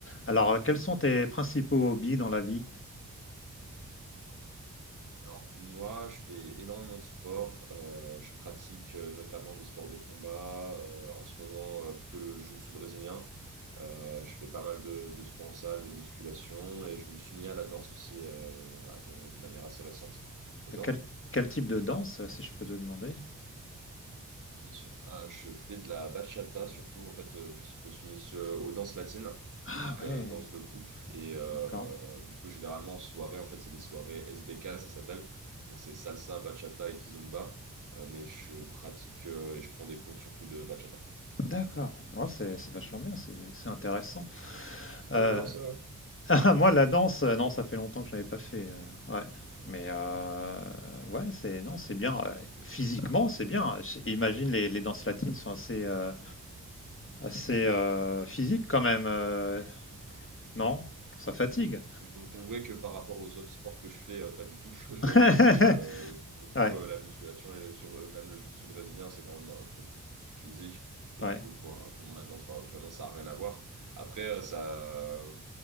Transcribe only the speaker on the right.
alors, moi, je fais énormément de sport. Euh, je pratique euh, notamment des sports de combat. euh, en ce moment, euh, plutôt le jiu-jitsu brésilien. Euh, je fais pas mal de, de sport en salle, de musculation. Et je me suis mis à la danse aussi euh, assez- de manière assez récente. Et toi?
Oui, bien sûr. Ah, je fais de la bachata surtout. En fait, euh, je me suis mis euh, aux danses latines,
donc
euh, danse de couple. Et euh,
du coup, généralement, en soirée, en fait, c'est des soirées S B K ça s'appelle. Donc, c'est salsa, bachata et kizomba. Euh, mais je pratique euh, et je prends des cours surtout de bachata.
Un petit
peu de danse. euh.
Je dois t'avouer que par rapport aux autres sports que je fais, euh, pas du tout. <laughs>
Parce que euh, pour le coup,
euh, la musculation et sur, euh, même le jiu-jitsu brésilien, c'est quand même euh, beaucoup plus physique. Et
du coup, pour, euh, pour moi, la danse, bah, vraiment, ça n'a rien à voir. Après, euh, ça, euh,